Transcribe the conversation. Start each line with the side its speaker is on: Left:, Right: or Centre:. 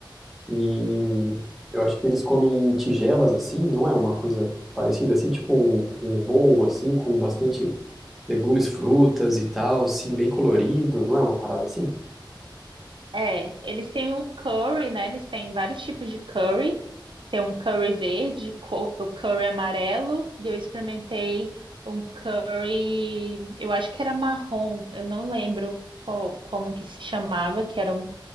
Centre: E eu acho que eles comem em tigelas, assim, não é uma coisa parecida, assim, tipo um, um bowl, assim, com bastante legumes, frutas e tal, assim, bem colorido, não é uma parada assim?
Right: É, eles têm o curry, né? Eles têm vários tipos de curry. Tem um curry verde, co- o curry amarelo, e eu experimentei um curry, eu acho que era marrom, eu não lembro qual- como que se chamava, que era um,